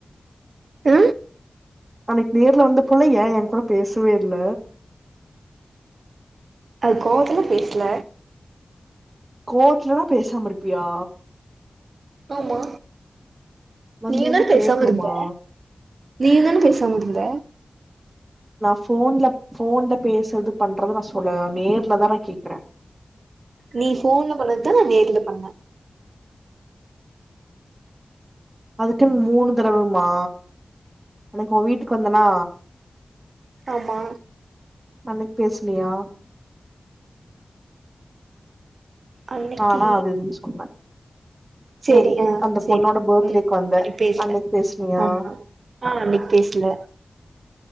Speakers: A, on the right; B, on the right.
A: அ
B: அன்னைக் நேர்ல வந்தப்புலா ஏன் ஏங்கூட பேசவே இல்ல
A: அது கோவத்துல பேஸ்ல
B: கோவத்துலனா பேசாம இருப்பியா
A: ஆமா
B: வந்து
A: நீயுந்தா
B: வந்து
A: பேசாம
B: கேக்கணுமா
A: இருந்த நீயுந்தான பேசாம இருந்த
B: நா ஃபோன்ல ஃபோன்ல பேசற்து பண்றது நா சொல்லல நேர்லதா நா கேக்குறே
A: நீ ஃபோன்ல பண்ணததா நா நேர்ல பண்ண
B: அதுக்குன் மூணு தடவுமா அன்னைக்கு ஓன் வீட்டுக்கு வந்தனா
A: ஆமா
B: அன்னைக் பேசுனியா
A: அன்னைக்கி
B: நானா அது இதுன்னு சொன்னே
A: சேரி
B: சரி
A: ஆ
B: அந்த
A: சேரி
B: பொண்ணோட பர்த்டேக்கு
A: ம்
B: வந்த
A: அன்னைக் பேஸ்ல
B: அன்னைக்கு பேசுனியா
A: ஆமா ஆ அன்னைக் பேஸ்ல